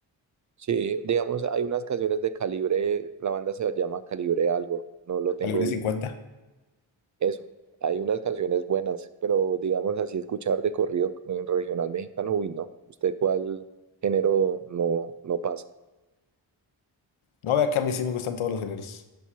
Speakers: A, on the right; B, on the left.
A: sí, digamos, hay unas canciones de Calibre, la banda se llama Calibre algo, no lo tengo
B: Calibre
A: bien.
B: 50.
A: Eso, hay unas canciones buenas, pero digamos así, escuchar de corrido eh, regional mexicano, uy, no. ¿Usted cuál género no, no pasa?
B: No, vea que a mí sí me gustan todos los géneros.